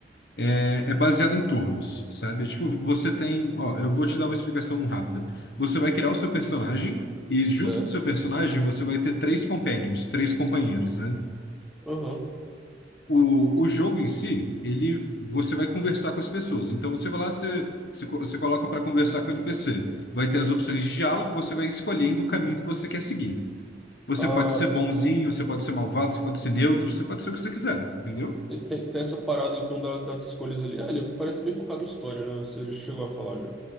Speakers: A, on the left; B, in the centre.
A: é, é baseado em turnos, sabe? Tipo, você tem, ó, eu vou te dar uma explicação rápida. Você vai criar o seu personagem e junto
B: Certo.
A: do seu personagem você vai ter três companions, três companheiros, né?
B: Aham.
A: O, o jogo em si, ele, você vai conversar com as pessoas. Então você vai lá, você, você, co- você coloca para conversar com o NPC. Vai ter as opções de diálogo, você vai escolhendo o caminho que você quer seguir. Você
B: Ah,
A: pode ser bonzinho,
B: tá.
A: você pode ser malvado, você pode ser neutro, você pode ser o que você quiser, entendeu?
B: Tem, tem, tem essa parada então da- das escolhas ali. É, ele parece bem focado em história, né? Você chegou a falar já.